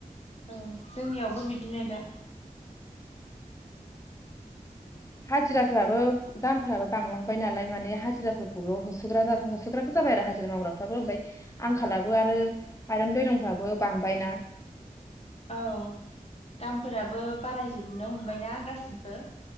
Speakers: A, on the left; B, on the left.
A: औ जोंनियावबो बिदिनो दा
B: हाजिराफ्राबो दामफोराबो बांलांबाय नालाय माने हाजिराफोरखौल' होसोग्रा जाब होसोग्राबो जाबाय आरो हाजिरा मावग्राफ्राबो ओमफ्राय आंखालाबो आरो माइरं दैरंफ्राबो बांबायना
A: औ दामफोराबो बारायजोबनो हमबायना गासिबो